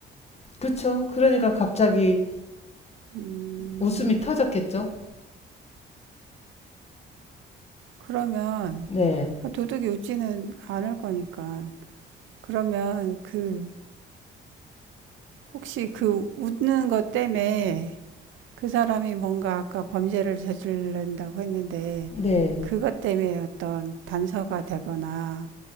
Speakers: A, on the left; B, on the right.
A: 그쵸? 그러니까 갑자기
B: 음,
A: 웃음이 터졌겠죠?
B: 그러면,
A: 네,
B: 아, 도둑이 웃지는 않을 거니까. 그러면 그, 혹시 그 웃는 것 때문에 그 사람이 뭔가 아까 범죄를 저지른다고 했는데
A: 네,
B: 그것 때문에 어떤 단서가 되거나